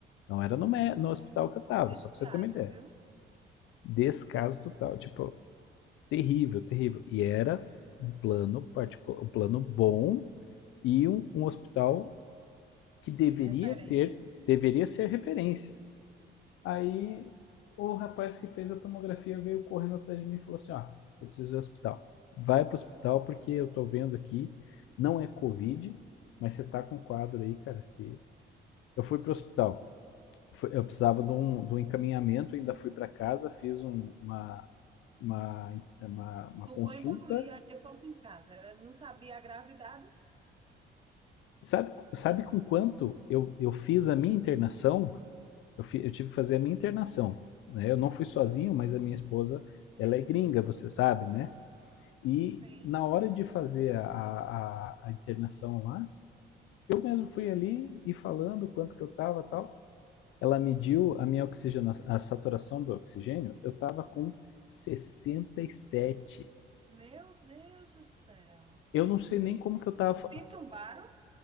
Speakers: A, on the left; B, on the right.
A: Não era no, no hospital que eu estava,
B: um descaso,
A: só para você ter uma ideia.
B: viu?
A: Descaso total, tipo, terrível, terrível. E era um plano particular, um plano bom e um, um hospital que deveria
B: Referência.
A: ter, deveria ser referência. Aí o rapaz que fez a tomografia veio correndo atrás de mim e falou assim: ó, ah, você precisa ir ao hospital. Vai pro hospital porque eu tô vendo aqui, não é Covid, mas você tá com um quadro aí, cara, que. Eu fui pro hospital. Eu precisava de um, de um encaminhamento, ainda fui para casa, fiz um- uma, uma, uma, uma
B: Tucum
A: consulta.
B: e Bolia, ainda fosse em casa. Ela não sabia a gravidade?
A: Sabe, sabe com quanto eu, eu fiz a minha internação? Eu, fi- eu tive que fazer a minha internação, né? Eu não fui sozinho, mas a minha esposa, ela é gringa, você sabe, né? E
B: Sim.
A: na hora de fazer a, a, a internação lá, eu mesmo fui ali e falando quanto que eu estava e tal. Ela mediu a minha oxigenação, a saturação do oxigênio, eu estava com 67.
B: Meu Deus do céu.
A: Eu não sei nem como que eu estava.
B: Te entubaram?